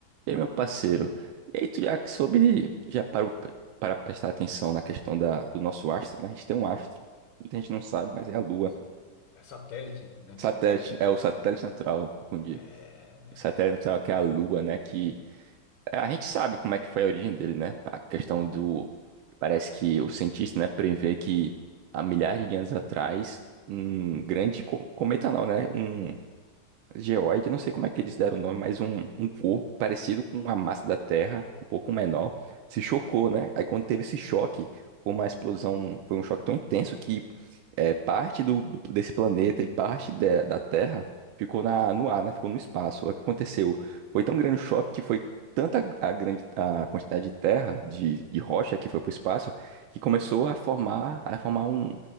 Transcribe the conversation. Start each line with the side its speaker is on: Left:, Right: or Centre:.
Right: E aí, meu parceiro, e aí tu já que soube, já parou p- para prestar atenção na questão da, do nosso astro, né? A gente tem um astro, muita gente não sabe,
Left: Isso,
Right: mas é a Lua.
Left: isso é satélite, né?
Right: Satélite,
Left: Satélite.
Right: é o satélite
Left: Ele-
Right: natural, confundi.
Left: É,
Right: O satélite natural que é a Lua, né? Que é, a gente sabe como é que foi a origem dele, né? A questão do, parece que o cientista, né, prevê que há milhares de anos atrás, um grande co- cometa não, né? Um geoide, não sei como é que eles deram o nome, mas um, um corpo parecido com a massa da Terra, um pouco menor, se chocou, né? Aí quando teve esse choque, foi uma explosão, foi um choque tão intenso que é, parte do, do- desse planeta e parte da da Terra ficou na, no ar, né? Ficou no espaço. O que aconteceu? Foi tão grande o choque que foi tanta a grande a quantidade de terra, de, de rocha que foi para o espaço, que começou a formar, a formar um,